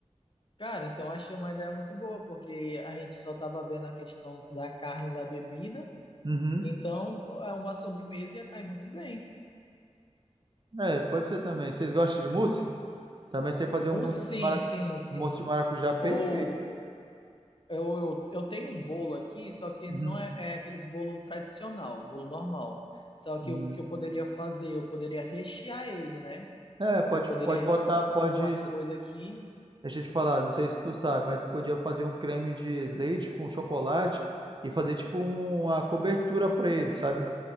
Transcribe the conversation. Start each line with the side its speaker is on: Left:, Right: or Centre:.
Left: Cara, então achei uma ideia muito boa, porque a gente só estava vendo a questão da carne e da bebida,
Right: Uhum.
Left: então é uma sobremesa ia cair muito bem.
Right: É, pode ser também. Vocês gostam de mousse? Também sei fazer
Left: Mousse,
Right: um mousse
Left: sim,
Right: de mara-
Left: sim, sim.
Right: um mousse de maracujá perfeito.
Left: Ou eu, eu, eu tenho um bolo aqui, só que
Right: Uhum.
Left: não é, é aqueles bolo tradicional, bolo normal. Só que
Right: Uhum.
Left: o que eu poderia fazer, eu poderia rechear ele, né?
Right: É, pode,
Left: Eu poderia,
Right: pode botar,
Left: eu
Right: pode.
Left: tô com as coisas aqui.
Right: Deixa eu te falar, não sei se tu sabe, mas tu podia fazer um creme de leite com chocolate e fazer tipo uma cobertura pra ele, sabe?